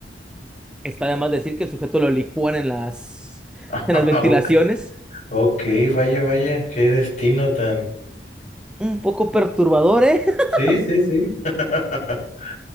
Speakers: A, in the centre; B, on the left (about 40°).
A: Está además decir que el sujeto lo licúan en las <laughs>
B: <laughs>
A: en las ventilaciones.
B: Ok, ok, vaya, vaya, qué destino tan.
A: Un poco perturbador, ¿eh? <laughs>
B: Sí, sí, sí. <laughs>